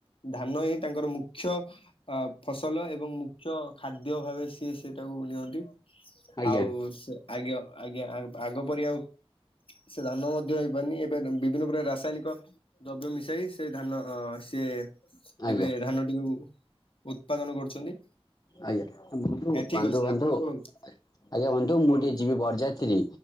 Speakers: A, on the left (about 60°); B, on the left (about 40°).
A: ଧାନ ହିଁ ତାଙ୍କର ମୁଖ୍ୟ ଅ ଫସଲ ଏବଂ ମୁଖ୍ୟ ଖାଦ୍ୟ ଭାବେ ସିଏ ସେଟାକୁ ନିଅନ୍ତି।
B: ଆଜ୍ଞା
A: ଆଉ ସେ ଆଜ୍ଞା ଆଜ୍ଞା ଅ ଆଗ ପରି ଆଉ ସେ ଧାନ ମଧ୍ୟ ହେଇପାରୁନି ଏବେ ବିଭିନ୍ନ ପ୍ରକାର ରାସାୟନିକ ଦ୍ରବ୍ୟ ମିଶାଇ ସେ ଧାନ ଅ ସିଏ
B: ଆଜ୍ଞା
A: ଏବେ ଧାନଟିକୁ ଉତ୍ପାଦନ କରୁଛନ୍ତି।
B: ଆଜ୍ଞା। ବନ୍ଧୁ
A: ଠିକ୍ ଅଛି
B: ବନ୍ଧୁ
A: ଆପଣ ଶୁଣନ୍ତୁ
B: ଆଜ୍ଞା ବନ୍ଧୁ ମୁଁ
A: ଶୁଣନ୍ତୁ
B: ଟିକେ ଯିବି ବରଯାତ୍ରୀ